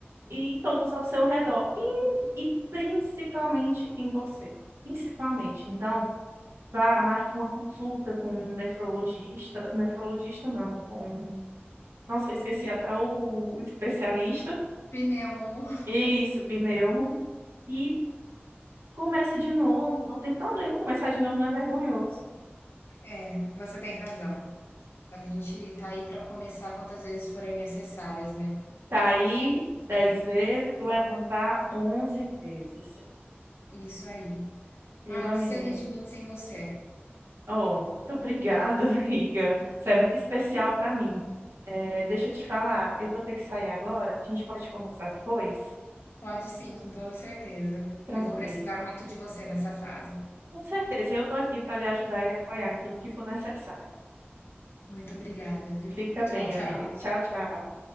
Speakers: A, on the right (about 85°); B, on the left (about 70°).
A: e todos ao seu redor, e, e principalmente em você. Principalmente. Então, vá, marque uma consulta com um nefrologista. Nefrologista não, com. Nossa, eu esqueci até o o especialista.
B: pneumo.
A: Isso, pneumo. E começa de novo. Não tem problema, começar de novo não é vergonhoso.
B: É, você tem razão. A gente tá aí pra começar quantas vezes forem necessárias, né?
A: Cair 10 vezes, levantar 11 vezes.
B: Isso aí.
A: Meu
B: Ah,
A: amigo,
B: o que seria de mim sem você?
A: Oh, muito obrigada, <laughs> amiga. Isso é muito especial para mim. É, deixa eu te falar, eu vou ter que sair agora. A gente pode conversar depois?
B: Pode sim, com toda certeza.
A: Tranquilo.
B: Eu vou precisar muito de você nessa fase.
A: Com certeza. E eu estou aqui para lhe ajudar e lhe apoiar em tudo que for necessário.
B: Muito obrigada, viu?
A: Fica
B: Tchau,
A: bem,
B: tchau.
A: amiga. Tchau, tchau.